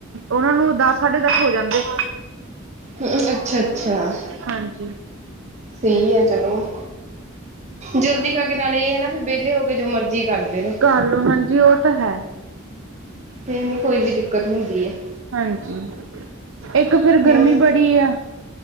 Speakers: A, on the right; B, on the right.
A: ਓਨਾਂ ਨੂੰ ਦਸ-ਸਾਢੇ ਹੋ ਜਾਂਦੇ।
B: ਹੂੰ ਅੱਛਾ-ਅੱਛਾ
A: ਹਾਂਜੀ
B: ਸਈ ਆ ਚਲੋ। ਜਲਦੀ ਖਾ ਕੇ ਨਾਲੇ ਏ ਆ ਨਾ ਵੀ ਵੇਲੇ ਹੋ ਕੇ ਜੋ ਮਰਜ਼ੀ ਕਰਦੇ ਰੋ।
A: ਕਰਲੋ, ਹਾਂਜੀ ਓ ਤਾਂ ਹੈ।
B: ਫੇਰ ਨੀ ਕੋਈ ਵੀ ਦਿੱਕਤ ਹੁੰਦੀ ਐ
A: ਹਾਂਜੀ, ਇੱਕ ਫਿਰ ਗਰਮੀ
B: ਹੋਰ
A: ਬੜੀ ਆ।